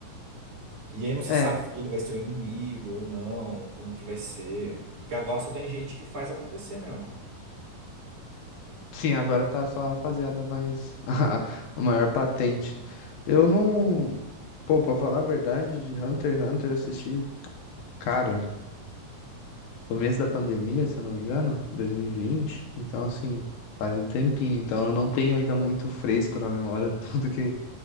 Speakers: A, on the right (about 45°); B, on the left (about 85°).
A: E aí não se
B: É,
A: sabe se ele vai ser o inimigo ou não, como que vai ser. Porque agora só tem gente que faz acontecer mesmo.
B: sim, agora tá só a rapaziada, mas <laughs> o maior patente. Eu não. Pô, pra falar a verdade, de Hunter x Hunter eu assisti, cara, começo da pandemia, se eu não me engano, 2020. Então, assim, faz um tempinho. Então eu não tenho ainda muito fresco na memória <laughs> tudo que